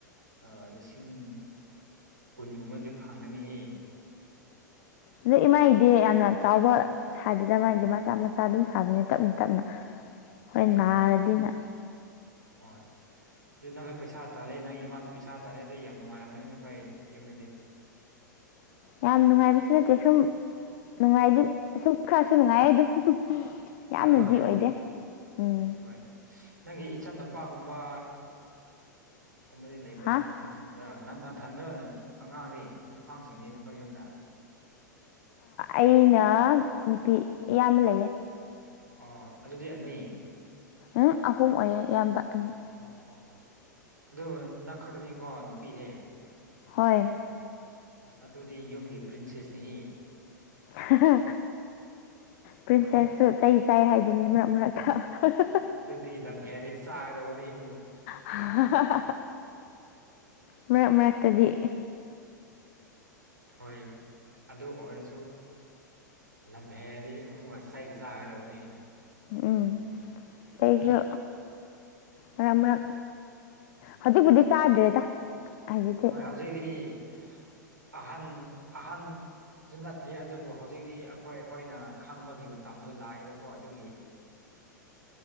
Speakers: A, on the right; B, on the left.
A: ꯑꯥ ꯔꯤꯁꯤꯡ ꯀꯨꯟꯒꯨꯝꯕꯗꯤ ꯐꯪꯉꯅꯤꯍꯦ
B: ꯑꯗꯩ ꯏꯃꯥꯥꯏꯗꯤ ꯌꯥꯝꯅ ꯆꯥꯎꯕ ꯁꯗꯦꯗ ꯃꯥꯏꯗꯤ ꯃꯆꯥ ꯃꯆꯥ ꯑꯗꯨꯝ ꯁꯥꯕꯅꯦ ꯇꯞꯅ ꯇꯞꯅ ꯍꯣꯏ ꯅꯥꯔꯗꯤꯅ
A: ꯍꯣꯏ ꯑꯗꯨ ꯅꯪꯖꯨ ꯄꯩꯁꯥ ꯇꯥꯜꯂꯤ ꯅꯪ ꯏꯃꯥꯁꯨ ꯄꯩꯁꯥ ꯇꯥꯜꯂꯦ ꯑꯗꯨꯗꯤ ꯌꯥꯝ ꯅꯨꯡꯉꯥꯏꯔꯝꯒꯅꯤ ꯅꯈꯣꯏ ꯌꯨꯝꯗꯗꯤ
B: ꯌꯥꯝ ꯅꯨꯡꯉꯥꯏꯕꯁꯨ ꯅꯠꯇꯦ ꯁꯨꯝ ꯅꯨꯡꯉꯥꯏꯗꯤ ꯁꯨꯝ ꯈꯔꯁꯨ ꯅꯨꯡꯉꯥꯏ ꯑꯗꯨꯝ ꯌꯥꯝꯅꯗꯤ
A: ꯍꯣꯏ ꯍꯣꯏ ꯍꯣꯏ
B: ꯑꯣꯏꯗꯦ
A: ꯑꯗꯨ
B: ꯎꯝ
A: ꯍꯣꯏ ꯅꯪꯒꯤ ꯏꯆꯟ ꯅꯨꯄꯥꯒꯨꯝꯕ ꯀꯨꯝꯕꯗꯤ ꯂꯩꯕ꯭ꯔꯥ
B: ꯍꯥ
A: ꯅꯊꯟ ꯑ ꯅꯪ ꯅꯪꯊꯟꯗ꯭ꯔ ꯑꯉꯥꯡꯗꯤ ꯅꯈꯥꯡꯁꯤꯡꯗꯤ ꯅꯈꯣꯏ ꯌꯨꯝꯗ
B: ꯑꯩꯅ ꯅꯨꯄꯤ ꯏꯌꯥꯝꯕ ꯂꯩꯌꯦ
A: ꯑꯥ ꯑꯗꯨꯗꯤ ꯑꯅꯤ
B: ꯎꯝ ꯑꯍꯨꯝ ꯑꯣꯏꯌꯦ ꯏꯌꯥꯝꯕ ꯑꯅꯤ
A: ꯑꯣ ꯑꯣ ꯑꯗꯨ ꯅꯪ ꯈꯛꯇꯅꯤꯀꯣ ꯅꯨꯄꯤꯗꯤ
B: ꯍꯣꯏ
A: ꯑꯁ ꯑꯗꯨꯗꯤ ꯌꯨꯝꯒꯤ ꯄ꯭ꯔꯤꯟꯁꯦꯁꯅꯤꯍꯦ
B: ꯍꯥꯍꯥ ꯄ꯭ꯔꯤꯟꯁꯦꯁꯁꯨ ꯆꯩ ꯆꯥꯏ ꯍꯥꯏꯗꯨꯅꯤ ꯃꯔꯛ ꯃꯔꯛꯇ ꯍꯥꯍꯥꯍꯥ
A: ꯑꯗꯨꯗꯤ ꯂꯝ ꯍꯦꯜꯂꯗꯤ ꯆꯒꯗꯕꯅꯤ
B: ꯍꯥꯍꯥꯍꯥꯍꯥ ꯃꯔꯛ ꯃꯔꯛꯇꯗꯤ
A: ꯍꯣꯏ ꯑꯗꯨ ꯑꯣꯏꯔꯁꯨ ꯂꯝ ꯍꯦꯟꯔꯗꯤ ꯑꯃꯨꯛꯀ ꯆꯩ ꯆꯥꯒꯗꯕꯅꯤ
B: ꯎꯝ ꯑꯩꯖꯨ ꯃꯔꯛ ꯃꯔꯛ ꯍꯧꯖꯤꯛꯄꯨꯗꯤ ꯆꯥꯗ꯭ꯔꯦꯗ ꯍꯧꯖꯤꯛꯇꯤ
A: ꯍꯣꯏ ꯍꯧꯖꯤꯛꯇꯛꯇꯤ ꯑꯍꯟ ꯑꯍꯟ ꯁꯨ ꯅꯠꯇꯦ ꯑꯗꯨꯕꯨ ꯍꯧꯖꯤꯛꯇꯤ ꯑꯈꯣꯏ ꯑꯈꯣꯏꯅ ꯈꯪꯕꯒꯤ ꯃꯇꯝꯗꯣ ꯂꯥꯛꯑꯦꯕꯀꯣ ꯑꯗꯨꯒꯤ